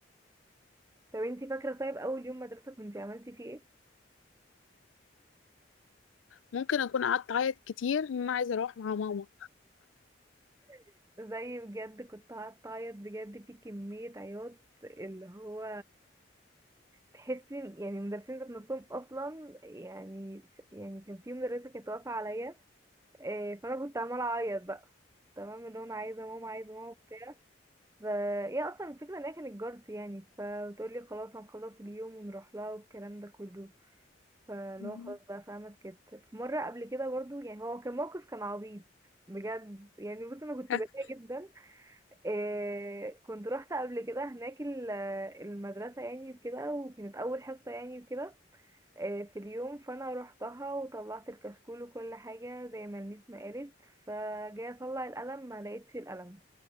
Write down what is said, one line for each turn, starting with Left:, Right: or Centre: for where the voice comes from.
Right: <laughs> طب انتي فاكرة طيب أول يوم مدرسة كنتي عملتي فيه ايه؟
Left: ممكن اكون قعدت اعيط كتير ان انا عايزه اروح مع ماما
Right: <laughs> زي بجد كنت هتعيط بجد في كمية عياط اللي هو تحسي يعني المدرسين ذات نفسهم أصلا يعني ش- يعني كان في مدرسة كانت واقفة عليا آه، فأنا كنت عمالة أعيط بقى تمام اللي هو أنا عايزة ماما عايزة ماما وبتاع ف هي أصلا الفكرة إن هي كانت جارتي يعني فبتقولي خلاص هنخلص اليوم ونروح لها والكلام ده كله فاللي
Left: مم.
Right: هو خلاص بقى فاهمة اتكتر في مرة قبل كده برضو يعني هو كان موقف كان عبيط بجد يعني بص انا كنت
Left: <laughs>
Right: بريئة جدا إيه كنت رحت قبل كده هناك ال- المدرسة يعني وكده وكانت أول حصة يعني وكده إيه في اليوم فأنا روحتها وطلعت الكشكول وكل حاجة زي ما الميس ما قالت فجاي أطلع القلم ما لقيتش القلم